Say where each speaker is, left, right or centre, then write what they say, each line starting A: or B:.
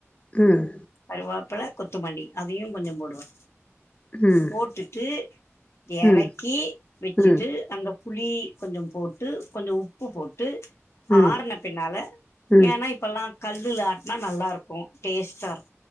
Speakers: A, on the left; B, on the left.
A: ம்
B: கருவாப்பல கொத்துமல்லி அதையு கொஞ்சோ போடுவே
A: ம்,
B: போட்டுட்டு
A: ம்,
B: எறக்கி வச்சுட்டு
A: ம்,
B: அங்க புளி கொஞ்சோ போட்டு கொஞ்சோ உப்பு போட்டு
A: ம்,
B: ஆறன பின்னால
A: ம்.
B: ஏன்னா இப்பல்லா கல்லுல ஆட்டுனா நல்லா இருக்கு டேஸ்டா இருக்கும்